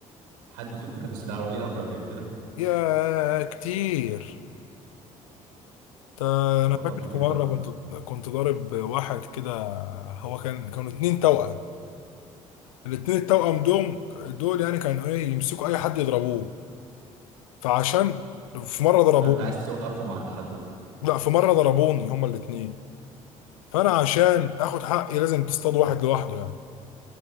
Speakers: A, on the right; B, on the left.
A: حد فيكم جاله استدعاء ولي أمر قبل كده؟
B: يا كتير ده
A: ده
B: انا
A: موضوع
B: فاكر
A: كبير
B: في مره
A: بقى
B: كنت كنت ضارب واحد كده هو كان كانوا اتنين توأم الاتنين التوأم دول دول يعني كانوا ايه يمسكوا اي حد يضربوه فعشان في مره ضربوني
A: فانت عايز توقفهم عند حدهم
B: لا في مره ضربوني هما الاتنين فانا عشان اخد حقي لازم تصطاد واحد لوحده يعني